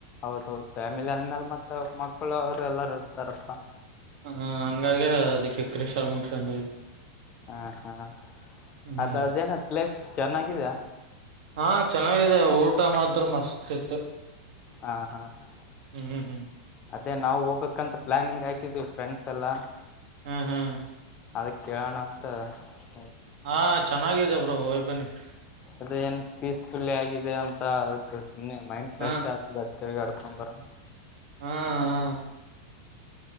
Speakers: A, on the left; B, on the right.
A: ಅವರದ ಅವರದ ಫ್ಯಾಮಿಲಿ ಅಂದ್ಮೇಲೆ ಮತ್ತ ಮಕ್ಕಳು ಅವರು ಎಲ್ಲಾರೂ ಇರ್ತಾರಪ್ಪ. <inaudible>
B: ಹ ಹಂಗಾಗಿ ಅದಕ ಕ್ರಶ ಮುಗಸಕೊಂಡಿವಿ. <inaudible>
A: ಯಾಕ ಅಣ್ಣ
B: ಹ್ಮ್
A: ಅದ ಅದೇನ ಪ್ಲೇಸ್ ಚೆನ್ನಾಗಿದೆಯಾ? <inaudible>
B: ಹಾ ಚೆನ್ನಾಗಿದೆ ಊಟ ಮಾತ್ರ ಮಸ್ತ ಇತ್ತು. <inaudible>
A: ಹಾ ಹಾ <inaudible>
B: ಹು ಹೂ <inaudible>
A: ಅದೇ ನಾವು ಹೋಗ್ಬೇಕಂತ ಪ್ಲಾನಿಂಗ್ ಹಾಕಿದ್ವಿ ಫ್ರೆಂಡ್ಸ್ ಎಲ್ಲಾ? <inaudible>
B: ಹ ಹ <inaudible>
A: ಅದಕ್ಕೆ ಕೇಳೋನ ಅಂತ್ <inaudible>
B: ಹಾ ಚೆನ್ನಾಗಿದೆ ಬ್ರೋ ಹೊಗಿ ಬನ್ನಿ. <inaudible>
A: ಅದ ಏನ್ ಪೀಸ ಫುಲ್ ಆಗಿದೆ ಅಂತ ಅದಕ್ಕೆ ಸುಮ್ನೆ ಮೈಂಡ್ ಫ್ರೆಶ್
B: ಹಾ
A: ಆತ. <inaudible> ತಿರ್ಗಾಕೋಡರ <inaudible>
B: ಹಾ <inaudible>